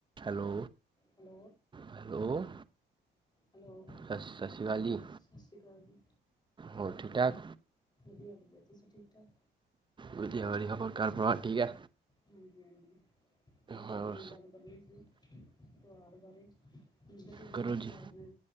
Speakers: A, on the right (about 25°); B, on the left (about 20°).
A: Hello
B: hello.
A: Hello
B: hello.
A: ਸਤਿ ਸਤਿ ਸ਼੍ਰੀ ਅਕਾਲ ਜੀ
B: ਸਸ ਸ੍ਰੀ ਕਾਲ ਜੀ।
A: ਹੋਰ ਠੀਕ-ਠਾਕ?
B: ਵਧੀਆ-ਵਧੀਆ, ਤੁਸੀਂ ਠੀਕ-ਠਾਕ?
A: ਵਧੀਆ-ਵਧੀਆ, ਹੋਰ ਘਰ ਪਰਿਵਾਰ ਠੀਕ ਏ?
B: ਹਾਂਜੀ-ਹਾਂਜੀ, ਮੈਂ ਤੁਹਾਡੇ
A: ਹੋਰ
B: ਨਾਲ ਗੱਲ ਕਰਨੀ ਸੀ, ਤਯੋਹਾਰ ਬਾਰੇ ਇਨ ਦਿਨ ਬਹੁਤ
A: ਕਰੋ ਜੀ
B: ਤੁਆਰ ਨੇ।